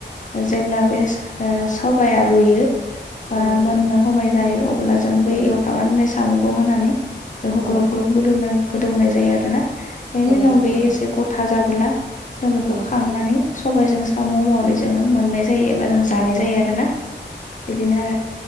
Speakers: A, on the left; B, on the right.
A: ओ जेब्ला बे स-सबाइया रुयो बा
B: औ
A: मोननो
B: नंगौ
A: हमाय जायो अब्ला जों बै
B: नोंथां औ
A: ए नाय साम'खौ होनानै बेखौ
B: औ
A: ग्लब ग्लब गोदौ गोदौ होनाय जायो आरो ना। एनि
B: औ
A: उनाव
B: नंगौ
A: बेयो एसे
B: नोंथां औ नंगौ नोंथां
A: गथा जाबोला जों बेखौ
B: औ नोंथां
A: खांनानै सबायजों साम' महरै जोङो मोननाय जायो एबा जों जानाय जायो आरोना। इदिनो आरो